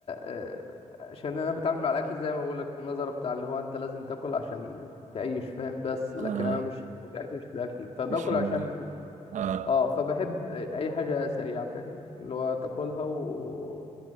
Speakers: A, on the left; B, on the right.
A: آه، عشان انا بتعامل مع الاكل زي ما بقول لك النظره بتاع اللي هو انت لازم تاكل عشان تعيش فاهم بس لكن
B: اه
A: انا مش متعتي مش في الاكل فباكل
B: مش مهم
A: عشان
B: اه
A: اه فبحب اي حاجه سريعه فاهم اللي هو تاكلها و